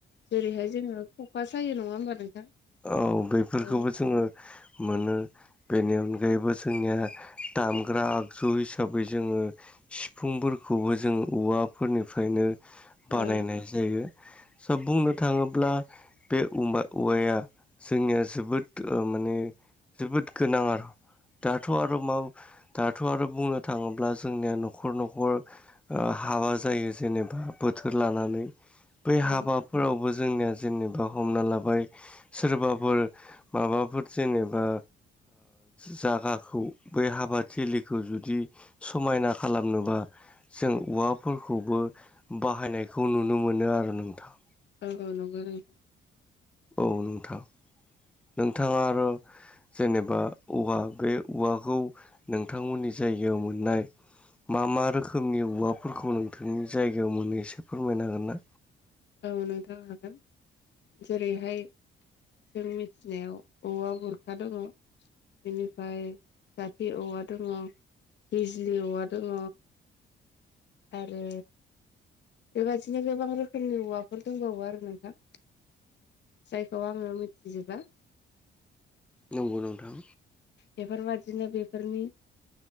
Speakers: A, on the left; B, in the centre.
A: जेरैहाय जोङो खखा सायो नङा होमबा नोंथां
B: औ बेफोरखौबो
A: औ
B: जोङो मोनो बेनि अनगायैबो जोंनिया दामग्रा आगजु हिसाबै जोङो सिफुंफोरखौबो जों औवाफोरनिफ्रायनो बानायनाय
A: औ
B: जायो सा बुंनो थाङोब्ला बे औवाया जोंनिया जोबोद माने जोबोद गोनां आरो दाथ' आरो मा दाथ' आरो बुंनो थाङोब्ला जोंनिया न'खर न'खर हाबा जायो जेनेबा बोथोर लानानै बै हाबाफोरावबो
A: औ
B: जोंनिया जेनेबा हमना लाबाय सोरबाफोर माबाफोर जेनेबा जागाखौ बै हाबाथिलिखौ जुदि समायना खालामनोबा जों औवाफोरखौबो बाहायनायखौ नुनो मोनो आरो नोंथां
A: औ औ नंगौ नंगौ
B: औ नोंथां नोंथाङा आरो जेनेबा औवा बे औवाखौ नोंथांमोननि जायगायाव मोननाय मा मा रोखोमनि औवाफोरखौ नोंथांनि जायगायाव मोनो एसे फोरमायनो हागोन ना
A: औ नोंथां हागोन जेरैहाय जों मिथिनायाव औा गुरखा दङ बेनिफ्राय जाथि औवा दङ बिजलि औवा दङ आरो बेबादिनो गोबां रोखोम खोमनि औवाफोर दंबावो आरो नोंथां जायखौ आङो मिथिजोबा
B: नंगौ नोंथां
A: बेफोरबादिनो बेफोरनि